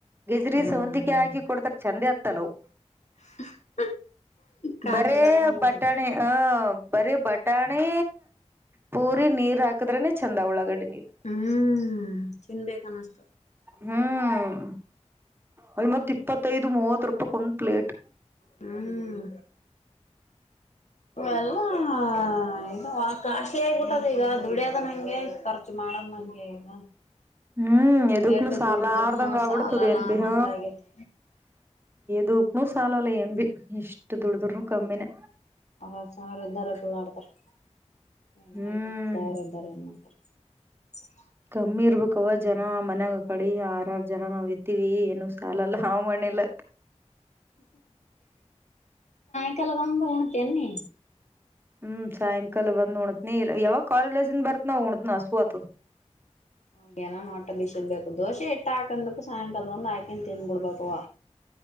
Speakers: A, on the right; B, on the left.
A: ಗೆಜ್ರಿ
B: ಹ್ಮ್
A: ಸವಂತಿಕಿ ಹಾಕಿ ಕೊಡ್ತಾರೆ ಚಂದೆತ ತಲೋವ್
B: <unintelligible> ಕಾಗ
A: ಬರೇ
B: ಕರ್ಕೊಂಡ
A: ಬಟಾಣೆ ಹ. ಬರೀ ಬಟಾಣಿ ಪೂರಿ ನೀರ್ ಹಾಕದ್ರನೆ ಚಂದ ಒಳಗಡೆ.
B: ಹ್ಮ್ ತಿನ್ಬೇಕ ಅನ್ನಸ್ತ.
A: ಹ್ಮ್. ಅಲ್ ಮತ್ ಇಪ್ಪತ್ತೈದು ಮೂವತ್ತು. ರೂಪಕ್ ಒಂದು ಪ್ಲೇಟ್
B: ಹ್ಮ್ ಎಲ್ಲ ಹಾದು <unintelligible> ಕಾಶಿ ಆಗಿಬಿಟ್ಟದ ಈಗ ದುಡಿಯದ ಹಂಗೆ ಖರ್ಚು ಮಾಡದ್ ನಂಗೆ ಈಗ
A: ಹ್ಮ್ ಎದುಕ್ಕನ
B: ಎಟ್ಟು
A: ಸಾಲ
B: ದುಡ್ದರ್ನು
A: ಆರ್್ದಂ ಕ ಆಬಡ್ತದೆ
B: ಸಾಲಲ್ಲ
A: ಎನ್ ಬಿ
B: ಅನ್ನಂಗ
A: ಹ
B: ಆಗೇತಿ
A: ದಕ್ನು ಸಾಲಲ್ಲ ಏನ್ <unintelligible> ಭ ಇಷ್ಟು ದುಡ್ದರ್ನು ಕಮ್ಮಿನೇ
B: ಅವರ ಸ್ರ ಇದ್ದಾರ ಕಳ್ಳ ಆಡ್ <unintelligible> ಏನ್
A: ಹ್ಮ್
B: ಐದ್ ಹತ್ತು ಸಾವಿರ ಇದ್ದಾರ ಏನ್ ಮಾಡ್ತಾರ ಹ <unintelligible>
A: ಕಮ್ಮಿ ಇರ್ಬೇಕ ಅವವ ಜನ ಮನ್ಯಾಗ ಕಡಿ ಆರ ಆರ್ ಜನ ನಾವ್ ಇದ್ದೀವಿ ಏನು ಸಾಲಲ್ಲ ಹ್ ಮಣಲ
B: <unintelligible> ಲ್ಲ ಒ್ಂದ ಉಣತ ಅಿ
A: ಹ್ಮ್ ಸಾಯಂಕಾಲ ಬಂದ್ ಉಣತ್ನಿ ಇ ಯಾವಾಗ ಕಾಲಜಸನ್ ಬರ್ತ್ನಾವ ಉಣತ್ನ ಹಸು ಆತದ
B: ಹ ನ ನೋಟ ಭಿ ಸಗ ದೋಸೆ ಇಟ್ಟು ಹಾಕು ಸಾಯಂಕಾಲದ ಒಂದಂದು ಹಾಕಿ ತಿನ್ಬಿಡ್ಬೇಕುುವ